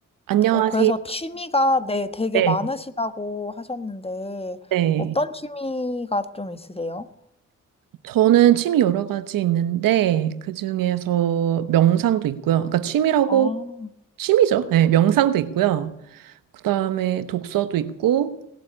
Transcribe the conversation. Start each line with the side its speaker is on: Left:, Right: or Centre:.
Right: 안녕하세요.
Left: 어, 그래서 취미가 네, 되게
Right: 네,
Left: 많으시다고 하셨는데,
Right: 네.
Left: 어떤 취미가 좀 있으세요?
Right: 저는 취미 여러 가지 있는데 그중에서 명상도 있고요. 그러니까 취미라고
Left: 아,
Right: 취미죠. 네, 명상도 있고요. 그다음에 독서도 있고